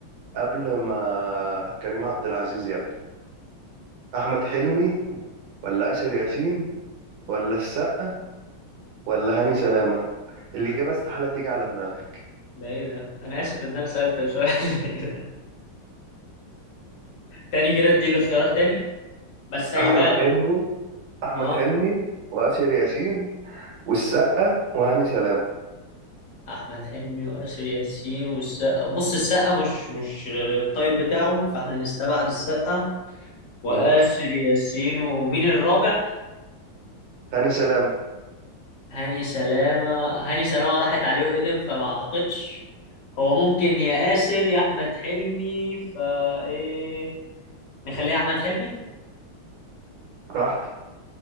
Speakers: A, on the right; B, on the left.
A: قبل ما كريم عبد العزيز ياخده احمد حلمي ولا آسر ياسين ولا السقا ولا هاني سلامة الإجابة استحالة تيجي على دماغي
B: ده ايه ده انا اسف ان انا سالت شويه <laughs> تاني كده ادي الاختيارات تاني بس هجيبها
A: احمد
B: لك
A: حلمي احمد
B: اه
A: حلمي وآسر ياسين والسقا وهاني سلامة
B: احمد حلمي واسر ياسين والسقا بص السقا مش مش الطيب بتاعه فاحنا نستبعد السقا واسر
A: تمام.
B: ياسين ومين الرابع
A: هاني سلامة
B: هاني سلامة هاني سلامة راحت عليه وقدم فما اعتقدش هو ممكن يا ياسر يا احمد حلمي فا ايه نخليها احمد حلمي
A: راحت